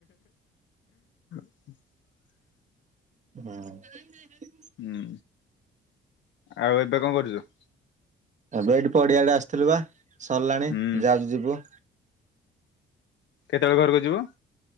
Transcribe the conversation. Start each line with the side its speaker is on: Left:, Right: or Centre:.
Left: <inaudible>
Right: ହଁ
Left: ହୁଁ ଆଉ ଏବେ କଣ <unintelligible>
Right: ଏବେ ଏଠି ପଡିଆଡେ ଆସିଥିଲୁ ବା ସରିଲାଣି
Left: ହୁଁ
Right: ଯାଉଛୁ ଯିବୁ।
Left: କେତେବେଳେ ଘରକୁ ଯିବୁ?